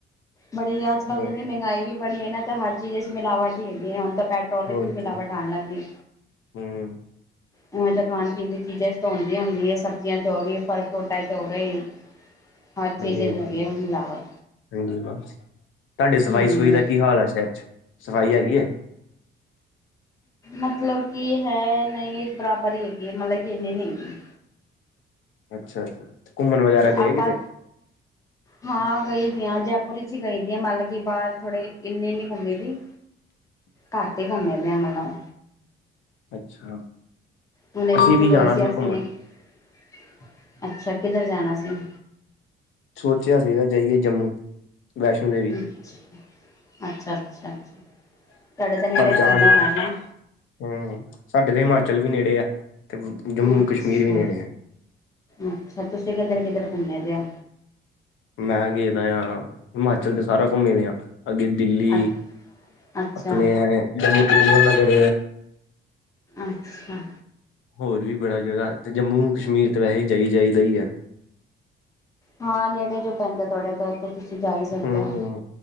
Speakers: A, on the left; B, on the left.
A: ਬੜੀ ਅੱਜ-ਕੱਲ੍ਰ
B: ਹੋਰ
A: ਹੋਗੀ ਮਹਿੰਗਾਈ ਵੀ ਬੜੀ ਹੈ ਨਾ, ਤਾਂ ਹਰ ਚੀਜ਼ ਚ ਜਾਮਿਲਾਵਟ ਹੀ ਹੈਗੀ ਹੈ, ਹੁਣ ਤਾਂ ਪੈਟਰੋਲ ਵਿੱਚ
B: ਹੋਰ
A: ਵੀ ਮਿਲਾਵਟ
B: ਕੀ
A: ਆਣ ਲੱਗ ਗਈ।
B: ਹੂੰ
A: ਉਵੇਂ ਤਾਂ ਖਾਣ-ਪੀਣ ਦੀ ਚੀਜ਼ਾਂ ਚ ਤਾਂ ਹੁੰਦੀ ਹੀ ਹੁੰਦੀ ਏ ਸਬਜ਼ੀਆਂ ਚ ਹੋ ਗਈ ਫਲ-ਫਰੂਟਾਂ ਚ ਹੋ ਗਈ। ਹਰ
B: ਹਾਂਜੀ
A: ਚੀਜ਼ ਚ
B: ਹਾਂਜੀ
A: ਹੁੰਦੀ ਏ ਹੁਣ ਮਿਲਾਵਟ।
B: ਹਾਂਜੀ ਬਸ, ਤੁਹਾਡੇ ਸਫ਼ਾਈ-ਸੁਫਾਈ
A: ਹੂੰ।
B: ਦਾ ਕੀ ਹਾਲ ਹੈ ਸ਼ਹਿਰ ਚ, ਸਫ਼ਾਈ ਹੈਗੀ ਏ
A: ਮਤਲਬ ਕਿ ਹੈ, ਨਹੀਂ ਹੈ, ਇੱਕ ਬਰਾਬਰ ਹੀ ਹੈਗੀ ਏ, ਮਤਲਬ ਕਿ ਇੰਨੀ ਨਹੀਂ ਹੈਗੀ।
B: ਅੱਛਾ ਘੁੰਮਣ ਵਗੈਰਾ ਗਏ
A: ਆਪਾ
B: ਕਿਤੇ
A: ਹਾਂ ਗਈ ਦੀ ਆ ਜੈਪੁਰ ਵਿੱਚ ਹੀ ਗਈ ਦੀ ਆ ਮਤਲਬ ਕਿ ਬਾਰ ਥੋੜੇ ਇੰਨੀ ਨੀ ਘੁੰਮੀ ਦੀ
B: <inaudible>
A: ਘਟ ਹੀ ਘੁੰਮੇ ਦੇ ਆ, ਮਤਲਬ
B: ਅੱਛਾ।
A: ਹੁਣੇ
B: ਅਸੀਂ
A: ਵਿੱਚੋਂ
B: ਵੀ
A: ਗਏ
B: ਜਾਣਾ
A: ਸੀ ਅਸੀਂ,
B: ਘੁੰਮਣ
A: <inaudible> ਅੱਛਾ, ਕਿੱਧਰ ਜਾਣਾ ਸੀ?
B: ਸੋਚਿਆ ਸੀਗਾ, ਜਾਈਏ ਜੰਮੂ। ਵੈਸ਼ਨੋ ਦੇਵੀ
A: <inaudible> ਅੱਛਾ-ਅੱਛਾ-ਅੱਛਾ ਅ। ਤੁਹਾਡੇ ਤੇ ਨੇੜੇ
B: ਪਰ ਜਾ
A: ਪੈਂਦਾ
B: ਨੀ
A: ਹੋਣਾ
B: ਪਾਏ
A: ਨਾ?
B: ਹੂੰ ਸਾਡੇ ਤੇ ਹਿਮਾਚਲ ਵੀ ਨੇੜੇ ਆ ਤੇ ਜੰਮੂ
A: ਅੱਛਾ,
B: ਕਸ਼ਮੀਰ ਵੀ ਨੇੜੇ ਆ
A: ਅੱਛਾ ਤੁਸੀਂ ਕਿੱਧਰ, ਕਿੱਧਰ ਘੁੰਮੇ ਦੇ ਓ
B: ਮੈਂ ਗਏ ਦਾ ਆ ਹਿਮਾਚਲ ਤੇ ਸਾਰਾ ਕੁੰਮੇ ਦੇ ਆ ਅੱਗੇ ਦਿੱਲੀ
A: ਅੱਛਾ, ਅੱਛਾ,
B: ਆਪਣੇ ਜੰਮੂ ਕਸ਼ਮੀਰ ਨਗਰ
A: ਅੱਛਾ
B: ਹੋਰ ਵੀ ਬੜਾ ਜਗ੍ਹਾ ਤੇ ਜੰਮੂ ਕਸ਼ਮੀਰ ਤਾਂ ਵੈਸੇ ਜਾਈ ਜਾਈਦਾ ਆ
A: ਹਾਂ ਨੇੜੇ ਜੋ ਪੈਂਦਾ ਤੁਆਡੇ ਤੋਂ ਉਥੇ ਤੁਸੀਂ ਜਾ ਈ ਸਕਦੇ
B: ਹਮ
A: ਓ
B: ਹਮ